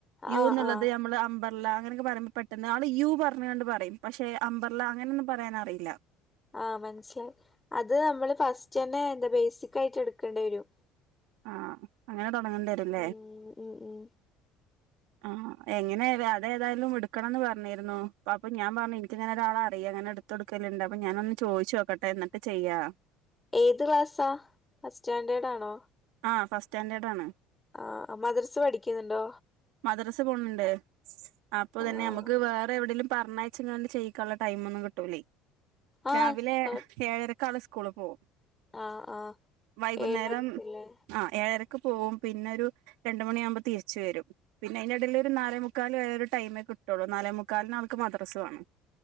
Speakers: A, on the right; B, on the left.
A: യൂ
B: ആഹ്
A: എന്നുള്ളത്
B: ആഹ്
A: നമ്മൾ അമ്പ ർല അങ്ങനെയൊക്കെ പറയുമ്പ പെട്ടന്ന് ആള് യു പറഞ്കാണ്ട് പറയും പക്ഷെ അമ്പർല അങ്ങനൊന്നും പറയാൻ അറിയില്ല.
B: ആഹ് മനസ്സിലായി അത് നമ്മള് ഫസ്റ്റ് തന്നെ എന്താ ബേസിക് ആയിട്ട് എടുക്കേണ്ട വെരും.
A: ആഹ് അങ്ങനെ തൊടങ്ങണ്ടി വരുല്ലേ?
B: ഉം ഉം ഉം
A: ആഹ് എങ്ങനായാലും അതെ ഏതായാലും എടുക്കണംന്ന് പറഞ്ഞിരുന്നു അ അപ്പൊ ഞാൻ പറഞ്ഞു എനിക്കിങ്ങനെ ഒരാളെ അറിയാം അങ്ങനെ എട് ത്തൊട്ക്കലിണ്ട് അപ്പ ഞാനൊന്ന് ചോയിച്ചു നോക്കട്ടെ എന്നിട്ട് ചെയ്യാ
B: ഏത് ക്ലാസ്സാ ഫസ്റ്റ് സ്റ്റാൻഡേർഡ് ആണോ?
A: ആഹ് ഫസ്റ്റ് സ്റ്റാൻഡേർഡാണ്.
B: ആഹ് മദ്രസ് പഠിക്കുന്നിണ്ടോ?
A: മദ്രസ്സ പോണിണ്ട്. അപ്പ
B: ആഹ്
A: തന്നെ ഞമ്മക്ക് വേറെ എവിടെലും പറഞ്ഞ് അയ്ച്ച്ങ്ങാണ്ട് ചെയ്യിക്കാനിള്ള ടൈംമൊന്നും കിട്ടൂലേയ്.
B: ആഹ്
A: രാവിലെ
B: കൊഴ
A: ഏഴരക്ക്‌ ആള് സ്കൂള് പോവും.
B: ആഹ് ആഹ്
A: വൈകുന്നേരം
B: ഏഴരക്ക്‌ ലേ
A: ആഹ് ഏഴരക്ക് പോവും പിന്നെ ഒരു രണ്ട്മണിയാവുമ്പ തിരിച്ച് വെരും. പിന്നെ അയിന്റെ എടെല് ഒരു നാലേ മുക്കാൽ വരെ ഒര് ടൈമേ കിട്ടൊള്ളൂ നാലേ മുക്കാലിന് അവർക്ക് മദ്രസ വേണം.